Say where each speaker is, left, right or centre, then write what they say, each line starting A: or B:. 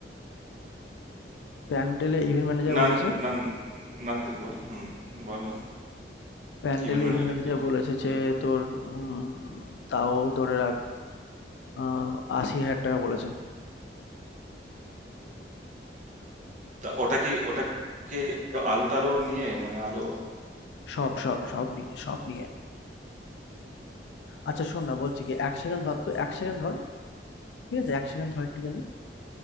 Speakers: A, on the left; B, on the right.
A: প্যান্ডেলে ইভেন্ট ম্যানেজার
B: না
A: বলেছে
B: না না না তুই বল হুম বল না
A: প্যান্ডেলে
B: কি ম্যানেজার
A: ইভেন্ট ম্যানেজার
B: কি বলে
A: বলেছে যে তোর উম তাও ধরে রাখ আহ, আশি হাজার টাকা বলেছে
B: তা ওটা কি ওটা কি আলো টালো নিয়ে মানে আলো
A: সব সব সব নিয়ে সব নিয়ে আচ্ছা শোন না বলছি কি এক সেকেন্ড ধর তো এক সেকেন্ড ধর ঠিক আছে এক সেকেন্ড ধর একটুখানি